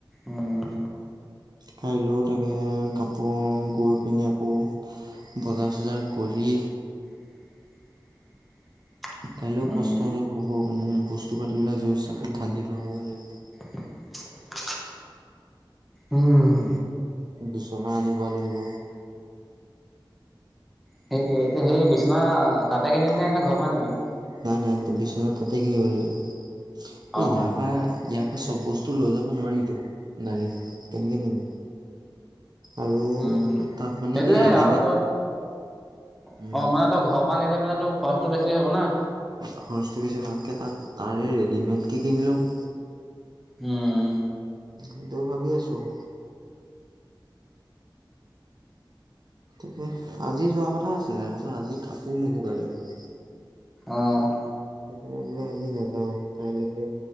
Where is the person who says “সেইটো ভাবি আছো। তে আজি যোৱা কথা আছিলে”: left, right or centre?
Right